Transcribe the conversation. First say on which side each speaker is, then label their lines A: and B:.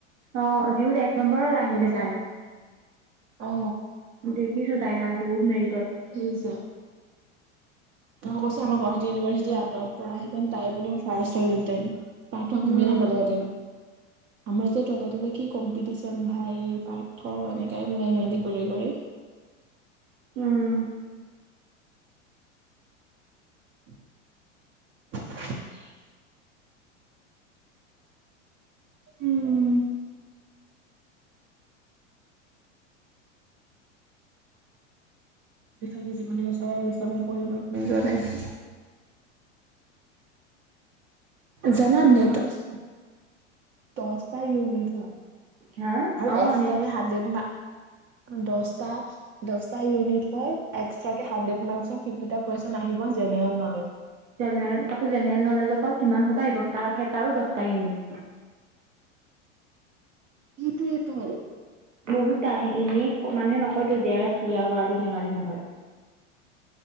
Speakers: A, on the right; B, on the right.
A: অঁ জিউত এক নম্বৰৰত আহিছে
B: যে
A: তাই।
B: অ।
A: দেখিছো তাইৰ নামটো মেৰিডত।
B: দেখিছ। মই কৈছোঁ আম গুৱাহাটী ইউনিভাৰ্চিটি বুলিও পাচ হলহেঁতেন পাঠ সময়ে
A: উম
B: নাপালো হয়। আমাৰ যে তল তলে কি কম্পিটিশ্যন ভাই পাৰ্থ এনেকাই মানে হে কৰি কৰি।
A: উম।
B: <inaudible> উম উম। ইফালে যিমানে ওচৰ আহিছে মোৰ পঢ়িব মন যোৱা নাই। জান নেট চ দহটা ইউনিট হয়।
A: হা
B: আৰু
A: অ
B: এক্সট্ৰাকে
A: নেট
B: হাড্ৰেড মাক্স দহটা। দহটা ইউনিট হয় একস্ৰাকে হাড্ৰেড মাস্কাৰ পিভটিটা কোৱেশ্বন আহিব জেনেৰেল নলেজ।
A: জেনেৰেল তাকো জেনেৰেল নলেজৰ পৰা কিমান সোপা আহিব সে তা তাৰো দহটা ইউনিট।
B: এইটোয়ে এটো।
A: বহুত টান এনেই মানুহে নকয়তো যেয়াৰত কৰাটো ধেমালি নহয়।